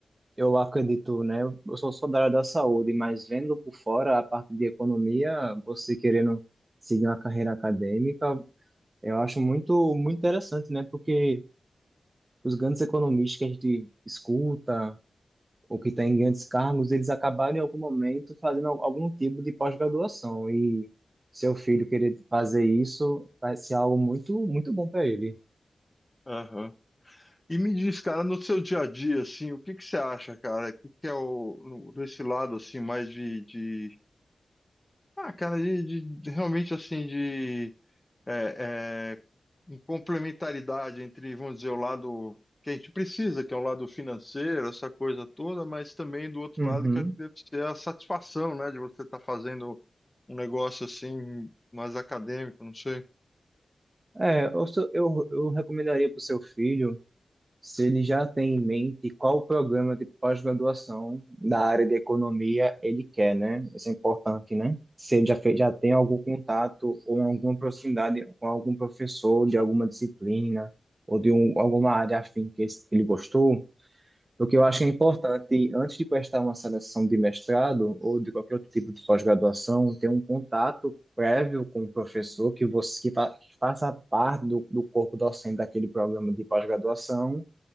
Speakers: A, on the right; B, on the left.
A: eu acredito, né? Eu sou, sou da área da saúde, mas vendo por fora a parte de economia, você querendo seguir uma carreira acadêmica, eu acho muito, muito interessante, né? Porque os grandes economistas que a gente escuta, ou que têm grandes cargos, eles acabaram em algum momento fazendo al- algum tipo de pós-graduação. E seu filho querer fazer isso vai ser algo muito, muito bom para ele.
B: Aham. E me diz, cara, no seu dia a dia, assim, o que que você acha, cara? O que que é o, no- desse lado, assim, mais de, de- ah, cara, de, de- de- realmente, assim, de é, é, em complementaridade entre, vamos dizer, o lado que a gente precisa, que é o lado financeiro, essa coisa toda, mas também do outro
A: Uhum.
B: lado que eu acho que deve ser a satisfação, né, de você estar fazendo um negócio, assim, mais acadêmico, não sei.
A: É, eu, sou- eu, eu recomendaria para o seu filho, se ele já tem em mente qual o programa de pós-graduação da área de economia ele quer, né? Isso é importante, né? Se ele já, fez, já tem algum contato ou alguma proximidade com algum professor de alguma disciplina ou de um, alguma área afim que ele gostou, O que
B: Uhum,
A: eu acho que é importante, antes de prestar uma seleção de mestrado ou de qualquer outro tipo de pós-graduação, ter um contato prévio com o professor que você que, fa, que faça parte do, do corpo docente daquele programa de pós-graduação,